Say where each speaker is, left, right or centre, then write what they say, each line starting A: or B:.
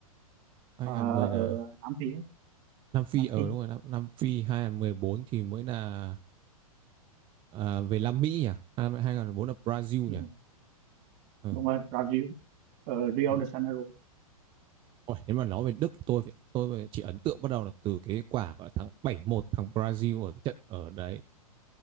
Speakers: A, on the right; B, on the right.
A: 2010
B: Ờ, ở
A: là
B: Nam Phi á,
A: Nam Phi
B: Nam
A: ở
B: Phi
A: đúng rồi, Nam, Nam Phi 2014 thì mới là à, về Nam Mỹ nhỉ? À, 2014 là Brazil
B: đúng
A: nhỉ?
B: rồi
A: Ừ.
B: đúng rồi Brazil ở Rio
A: Ừ.
B: de Janeiro
A: Ôi, nếu mà nói về Đức thì tôi phải- tôi chỉ ấn tượng bắt đầu là từ cái quả gọi là thắng 7-1 thằng Brazil ở cái trận ở đấy.